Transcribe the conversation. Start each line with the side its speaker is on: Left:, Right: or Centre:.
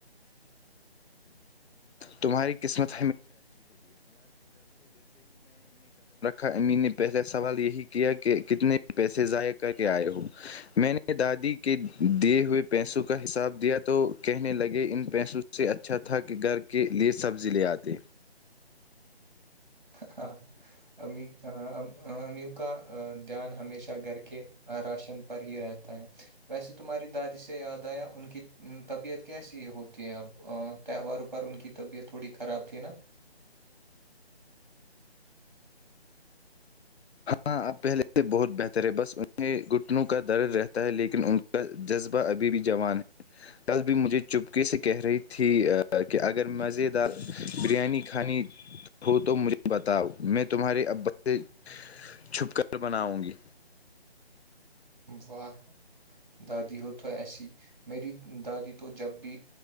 Left: تمہاری قسمت امی نے پہلا سوال یہی کیا کہ کتنے پیسے ضائع کر کے آئے ہو میں نے دادی کے دیے ہوئے پیسوں کا حساب دیا تو کہنے لگے ان پیسوں سے اس پیسوں اچھا تھا کہ گھر کے لئے سبزی لے آتے
Right: ہاں امی امیو کا دھیان ہمیشہ گھر کے راشن پر ہی رہتا ہے ویسے تمہاری دادی سے یاد آیا ان کی طبیعت کیسی ہوتی ہے اب تہواروں پر ان کی طبیعت تھوڑی خراب تھی نا <inaudible>
Left: ہاں پہلے سے بہت بہتر ہے بس انہیں گھٹنوں کا درد رہتا ہے لیکن ان کا جذبہ ابھی بھی جوان ہے کل بھی مجھے چپکے سے کہہ رہی تھی کہ اگر مزیدار بریانی کھانی ہو تو مجھے بتاؤ میں تمہارے اب سے چھپ کر بناؤں گی
Right: واہ دادی ہو تو ایسی میری دادی تو جب بھی